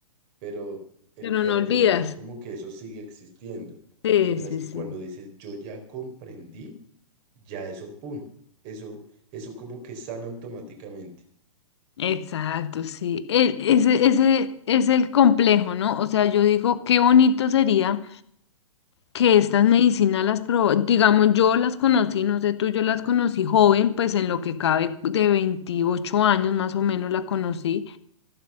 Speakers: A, on the right (about 30°); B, on the left (about 50°).
A: pero el
B: pero
A: perdonar
B: no olvidas.
A: es como que eso sigue existiendo.
B: Sí,
A: Mientras
B: sí,
A: que
B: sí.
A: cuando dices, yo ya comprendí, ya eso, pum, eso, eso como que sana automáticamente.
B: Exacto, sí. El- ese, ese es el complejo, ¿no? O sea, yo digo, qué bonito sería. que estas medicinas las probó, digamos, yo las conocí, no sé tú, yo las conocí joven, pues en lo que cabe de 28 años más o menos la conocí